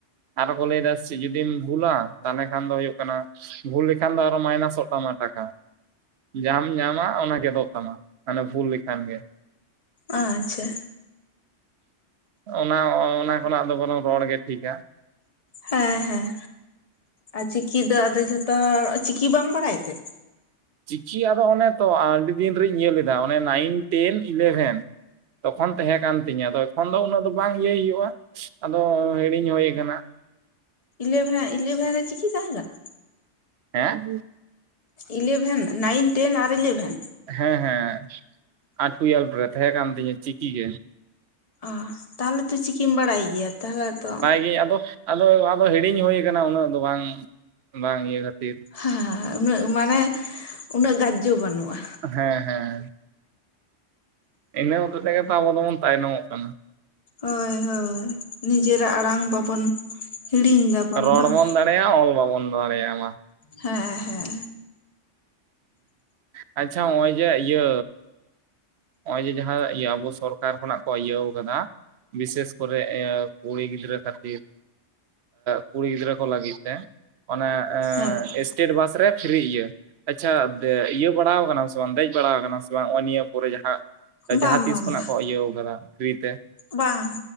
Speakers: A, on the right; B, on the left.
A: ᱟᱨ ᱠᱚ ᱞᱟᱹᱭ ᱫᱟ ᱪᱮᱫ ᱡᱩᱫᱤᱢ ᱵᱷᱩᱞᱟ ᱛᱟᱦᱚᱞᱮ ᱠᱷᱟᱱ ᱫᱚ ᱦᱩᱭᱩᱜ ᱠᱟᱱᱟ ᱵᱷᱩᱞ ᱞᱮᱠᱷᱟᱱ ᱫᱚ ᱟᱨᱚ ᱢᱟᱭᱱᱟᱥᱚᱜ ᱛᱟᱢᱟ ᱴᱟᱠᱟ ᱡᱟᱦᱟᱸᱟᱢ ᱧᱟᱢᱟ ᱚ ᱜᱮᱫᱚᱜ ᱛᱟᱢᱟ ᱢᱟᱱᱮ ᱵᱷᱩᱞ ᱞᱮᱠᱷᱟᱱ ᱜᱮ
B: ᱟᱪᱪᱷᱟ
A: ᱚᱱᱟ ᱚᱱᱟ ᱠᱷᱚᱱᱟᱜ ᱫᱚ ᱵᱚᱨᱚᱢ ᱨᱚᱲ ᱜᱮ ᱴᱷᱤᱠᱟ
B: ᱦᱮᱸ ᱦᱮᱸ ᱟᱨ ᱪᱤᱠᱤ ᱫᱚ ᱟᱫᱚ ᱡᱚᱛᱚ ᱪᱤᱠᱤ ᱵᱟᱢ ᱵᱟᱲᱟᱭ ᱛᱮ
A: ᱪᱤᱠᱤ ᱟᱫᱚ ᱚᱱᱮ ᱛᱚ ᱟᱹᱰᱤ ᱫᱤᱱ ᱨᱤᱧ ᱧᱮᱞ ᱞᱮᱫᱟ ᱚᱱᱮ ᱱᱟᱭᱤᱱ ᱴᱮᱱ ᱤᱞᱮᱵᱷᱮᱱ ᱛᱚᱠᱷᱚᱱ ᱛᱟᱦᱮᱸ ᱠᱟᱱ ᱛᱤᱧᱟᱹ ᱟᱫᱚ ᱮᱠᱷᱚᱱ ᱫᱚ ᱩᱱᱟᱹᱜ ᱫᱚ ᱵᱟᱝ ᱤᱭᱟᱹᱭ ᱦᱩᱭᱩᱜᱼᱟ ᱟᱫᱚ ᱦᱤᱲᱤᱧ ᱦᱚᱭ ᱟᱠᱟᱱᱟ
B: ᱤᱞᱮᱵᱷᱮᱱ ᱤᱞᱮᱵᱷᱮᱱ ᱨᱮ ᱪᱤᱠᱤ ᱛᱟᱦᱮᱸ ᱠᱟᱱᱟ
A: ᱦᱮᱸ
B: ᱤᱞᱵᱷᱮᱱ ᱱᱟᱭᱤᱱ ᱴᱮᱱ ᱟᱨ ᱤᱞᱵᱷᱮᱱ
A: ᱦᱮᱸ ᱦᱮᱸ ᱟᱨ ᱴᱩᱭᱮᱞᱵᱷ ᱨᱮ ᱛᱟᱦᱮᱸ ᱠᱟᱱ ᱛᱤᱧᱟ ᱪᱤᱠᱤ ᱜᱮ
B: ᱚ ᱛᱟᱦᱚᱞᱮ ᱛᱚ ᱪᱤᱠᱤᱢ ᱵᱟᱲᱟᱭ ᱜᱮᱭᱟ ᱛᱟᱦᱚᱞᱮ ᱛᱚ
A: ᱤᱧ ᱟᱫᱚ ᱟᱫᱚ ᱟᱫᱚ ᱦᱤᱲᱤᱧ ᱦᱩᱭ ᱠᱟᱱᱟ ᱩᱱᱟᱹᱜ ᱫᱚ ᱵᱟᱝ ᱵᱟᱝ ᱤᱭᱟᱹ ᱠᱷᱟᱹᱛᱤᱨ
B: ᱦᱮᱸ ᱩᱱᱟᱹᱜ ᱢᱟᱱᱮ ᱩᱱᱟᱹᱜ ᱜᱟᱡᱡᱚ ᱵᱟᱹᱱᱩᱜᱼᱟ
A: ᱦᱮᱸ ᱦᱮᱸ ᱤᱱᱟᱹ ᱦᱚᱛᱮ ᱛᱮᱜᱮ ᱛᱚ ᱟᱵᱚ ᱫᱚᱵᱚᱱ ᱛᱟᱭᱱᱚᱢᱚᱜ ᱠᱟᱱᱟ
B: ᱦᱳᱭ ᱦᱳᱭ ᱱᱤᱡᱮᱨᱟᱜ ᱟᱲᱟᱝ ᱵᱟᱵᱚᱱ ᱦᱤᱲᱤᱧ ᱫᱟᱵᱚᱱ
A: ᱨᱚᱲ
B: ᱵᱟᱝ
A: <unintelligible> ᱚᱞ ᱵᱟ ᱵᱚᱱ ᱫᱟᱬᱮᱭᱟᱜ-ᱟ ᱢᱟ
B: ᱦᱮᱸ ᱦᱮᱸ
A: ᱦ ᱟᱪᱪᱷᱟ ᱱᱚᱜᱼᱚᱭ ᱡᱮ ᱤᱭᱟᱹ ᱱᱚᱜᱼᱚᱭ ᱡᱮ ᱡᱟᱦᱟᱸ ᱤᱭᱟᱹ ᱟᱵᱚ ᱥᱚᱨᱠᱟᱨ ᱠᱷᱚᱱᱟᱜ ᱠᱚ ᱤᱭᱟᱹᱣ ᱟᱠᱟᱫᱟ ᱵᱤᱥᱮᱥ ᱠᱚᱨᱮ ᱮᱭᱟᱹ ᱠᱩᱲᱤ ᱜᱤᱫᱽᱨᱟᱹ ᱠᱷᱟᱹᱛᱤᱨ ᱠᱩᱲᱤ ᱜᱤᱫᱽᱨᱟᱹ ᱠᱚ ᱞᱟᱹᱜᱤᱫ ᱛᱮ ᱚᱱᱮ
B: ᱦᱮᱸ
A: ᱮᱥᱴᱮᱴ ᱵᱟᱥ ᱨᱮ ᱯᱷᱨᱤ ᱤᱭᱟᱹ ᱟᱪᱪᱷᱟ ᱤᱭᱟᱹ ᱵᱟᱲᱟ ᱟᱠᱟᱱᱟᱢ ᱥᱮ ᱵᱟᱝ ᱫᱮᱡ ᱵᱟᱲᱟ ᱟᱠᱟᱱᱟᱢ ᱥᱮ ᱵᱟᱝ ᱱᱚᱜᱼᱚᱭ ᱱᱤᱭᱟᱹ ᱠᱚᱨᱮ ᱡᱟᱦᱟᱸ
B: ᱵᱟᱝ
A: ᱡᱟᱦᱟᱸ ᱛᱤᱥ
B: ᱵᱟᱝ
A: ᱠᱷᱚᱱᱟᱜ
B: ᱵᱟᱝ
A: ᱠᱚ ᱤᱭᱟᱹᱣ ᱟᱠᱟᱫᱟ ᱯᱷᱨᱤᱛᱮ
B: ᱵᱟᱝ